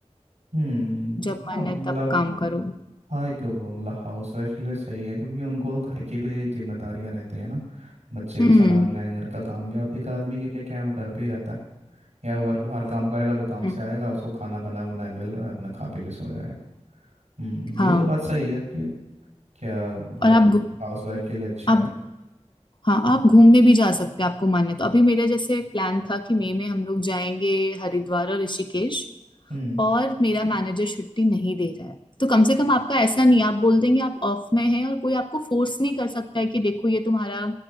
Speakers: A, on the right; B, on the left.
A: हम्म
B: जब मन
A: हाँ मतलब
B: है तब काम करो
A: हाँ एक वो, मतलब हाउस वाइफ के लिए सही है क्योंकि उनको तो घर की भी जिम्मेदारियां रहती हैं ना बच्चे भी
B: हम्म
A: संभालने हैं घर का काम भी अब एक आदमी के लिए क्या है, वो घर पे ही रहता है या वर्क बाहर काम करेगा तो काम
B: हम्म,
A: से आएगा उसको खाना बना बनाया मिल रहा है अपना खा पी के सो जाएगा हम्म ये
B: हाँ
A: तो बात सही है आपकी क्या वर्किंग
B: और आप घू-
A: हाउस वाइफ के लिए अच्छा
B: आप
A: है
B: हाँ आप घूमने भी जा सकते हैं आपको मन है तो अभी मेरा जैसे प्लान था कि मई में हम लोग जाएंगे हरिद्वार और ऋषिकेश
A: हम्म
B: और मेरा मैनेजर छुट्टी नहीं दे रहा है तो कम से कम आपका ऐसा नहीं आप बोल देंगे आप ऑफ में हैं और कोई आपको फोर्स नहीं कर सकता है कि देखो ये तुम्हारा